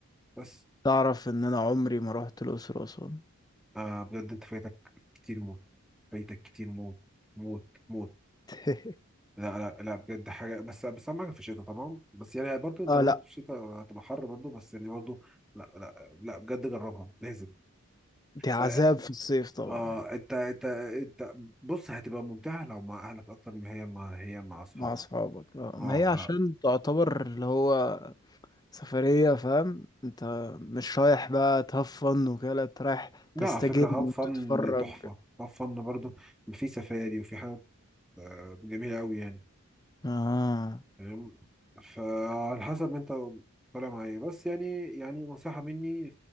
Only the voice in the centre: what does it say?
بس
آه بجد أنت فايتك كتير موت فايتك كتير موت موت موت
لا لا لا بجد حاجه بس بس اهم حاجه في الشتاء طبعا بس يعني برضو انت
لو
رحت في الشتاء هتبقى حر برضو بس يعني برضو لا لا لا بجد جربها لازم
اه
آه، انت انت انت بص هتبقى ممتعه لو مع اهلك اكتر ما هي ما هي مع اصحابك
اه
لا
لا
على فكره هاف
فن تحفه هاف فن برضو في سفاري وفي حاجات آه، جميله قوي يعني
فاهم فعلى حسب انت طالع مع ايه بس يعني يعني نصيحة مني